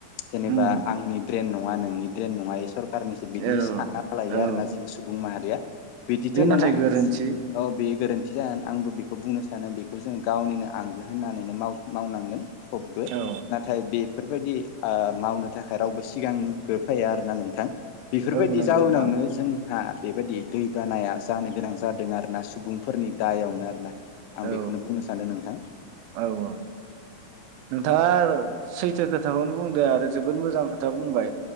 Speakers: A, on the left (about 80°); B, on the right (about 85°).
A: जेनेबा
B: उम
A: आंनि ड्रेन नङा नोंनि द्रेन नङा इयो सर खारनिसो बिदि
B: औ
A: सानना लायो
B: औ
A: आरोना जों सुबुं माहारिया बिदिथ'
B: बे
A: नङा
B: नाथाय गोरोन्थि
A: औ बे गोरोन थि जागोन आंबो बेखौ बुंनो सानो बे खौ जों गावनिनो आंगो होननानै माव मावनांगोन। सबबो
B: औ
A: नाथाय बेफोरबायदि ओ मावनो थाखाय रावबो सिगांग्रो फाया आरो ना नोंथां। बेफोरबायदि
B: औ नंगौ
A: जाहोनावनो
B: नोंथां
A: जों हा बेबायदि दै बानाया जानो गोनां जादों आरो ना सुबुंफोरनि दायावनो आरोना। आं
B: औ
A: बेखौनो बुंनो सा न्दों नोंथां।
B: औ औ नोंथाङा सैथो खोथाखौनो बुंदो आरो जोबोद मोजां खोथा बुंबाय।